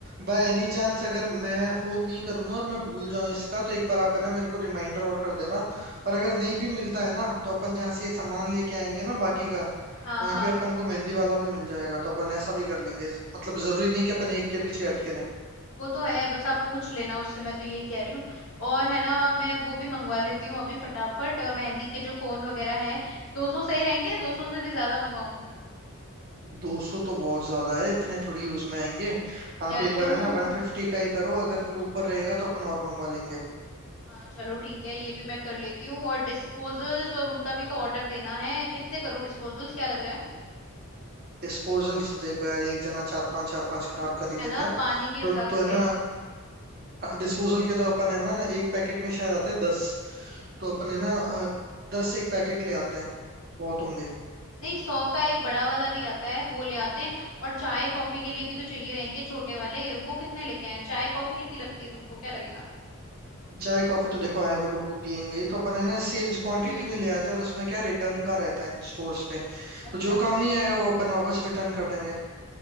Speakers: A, on the right; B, on the left.
A: बाय एनी चांस अगर मैं फोन नहीं करूँ ना और मैं भूल जाऊँ इसका तो एक बार आप है ना मेरे को रिमाइंडर और कर देना
B: हम्म
A: और अगर नहीं भी मिलता है ना तो अपन जहाँ से ये सामान लेके आएंगे ना बाकी का
B: हाँ
A: वहीं
B: हाँ
A: पे अपन को मेहंदी वाला भी मिल जाएगा तो अपन ऐसा भी कर लेंगे मतलब जरूरी नहीं कि अपन एक के पीछे अटके
B: वो तो है बस आप पूछ लेना उससे मैं तो यही कह रही हूँ और है ना मैं वो भी मंगवा लेती हूँ अभी फटाफट अ, मेहंदी के जो कोन वगैरह हैं दो सौ सही रहेंगे दो
A: रहें
B: सौ से भी ज्यादा मंगवाऊँ
A: 200 तो बहुत ज्यादा है इतने थोड़ी यूज में आएंगे
B: यार
A: आप एक
B: क्यों
A: बार है ना 150 का ही करो अगर फिर
B: अच्छा
A: ऊपर रहेगा तो अपन और मंगवा लेंगे
B: हाँ चलो ठीक है ये भी मैं कर लेती हूँ और डिस्पोजल्स और उनका भी तो ऑर्डर देना है कितने करूँ डिस्पोजल्स क्या लग रहा है
A: डिस्पोजल्स देखो यार एक जना चार पांच चार पांच खराब कर ही
B: है
A: देता
B: ना
A: है
B: पानी के हिसाब
A: तो तो है
B: से
A: ना हाँ, डिस्पोजल के तो अपन है ना एक पैकेट में शायद आते हैं दस तो अपन है ना अ, दस एक पैकेट ले आते हैं बहुत होंगे
B: नहीं सौ का एक बड़ा वाला भी आता है वो ले आते हैं और चाय कॉफी के लिए भी तो चाहिए रहेंगे छोटे वाले वो कितने लेके आए चाय कॉफी कितनी लगती है तुमको क्या लगेगा
A: चाय कॉफी तो देखो आए हुए लोगों को पियेंगे ही तो अपन है ना सेम क्वांटिटी
B: हम्म
A: में ले आते हैं और उसमें क्या रिटर्न का रहता है इन स्टोर्स पे
B: अच्छा
A: तो जो काम नहीं आएगा वो अपन वापस रिटर्न कर देंगे